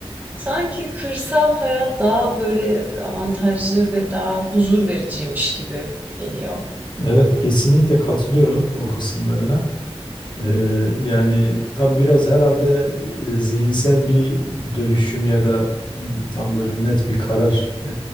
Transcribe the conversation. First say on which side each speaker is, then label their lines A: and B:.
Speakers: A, on the right; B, on the left.
A: sanki kırsal hayat daha, böyle, avantajlı ve daha huzur vericiymiş gibi geliyor.
B: evet kesinlikle katılıyorum o kısımlarına. Ee, yani tabii biraz herhalde e, zihinsel bir dönüşüm ya da m, tam böyle net bir karar e,